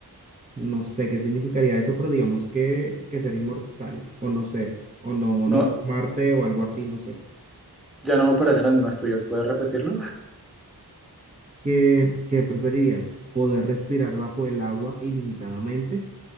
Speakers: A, on the right (about 20°); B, in the centre.
A: no sé qué significaría eso, pero digamos que, que ser inmortal, o no sé, o no,
B: No,
A: no enfermarte o algo así, no sé.
B: ya no me parecen las mismas tuyas. ¿Puedes repetirlo?
A: ¿Qué, qué preferirías? ¿Poder respirar bajo el agua ilimitadamente